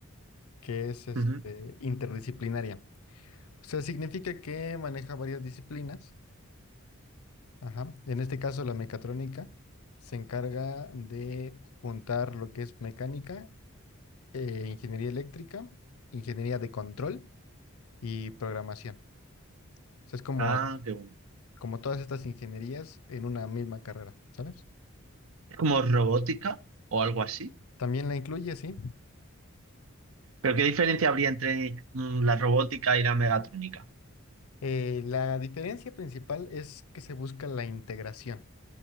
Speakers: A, on the left (about 85°); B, on the right (about 70°).
A: que es este,
B: Ujú.
A: interdisciplinaria. O sea, significa que maneja varias disciplinas. Ajá. En este caso, la mecatrónica se encarga de juntar lo que es mecánica, eh, ingeniería eléctrica, ingeniería de control y programación. O sea, es Mm. como
B: Ah, qué bueno.
A: como todas estas ingenierías, en una misma carrera, ¿sabes?
B: ¿Es como robótica o algo así?
A: También la incluye, sí.
B: ¿Pero qué diferencia habría entre mm, la robótica y la megatrónica?
A: Eh, la diferencia principal es que se busca la integración,